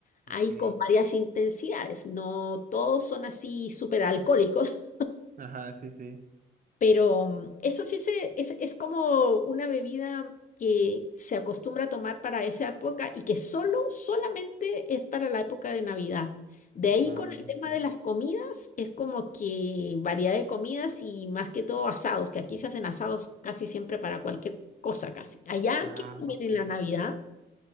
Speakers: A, on the left; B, on the right.
A: hay
B: Ok.
A: con varias intensidades, no todos son así súper alcohólicos.
B: Ajá, sí, sí.
A: Pero mm, eso sí se, es, es como una bebida que se acostumbra a tomar para esa época y que solo, solamente es para la época de Navidad. De ahí
B: Ah,
A: con el tema
B: ok.
A: de las comidas, es como que variedad de comidas y más que todo asados, que aquí se hacen asados casi siempre para cualquier cosa casi. Allá,
B: Ah,
A: ¿qué comen
B: ok.
A: en la Navidad?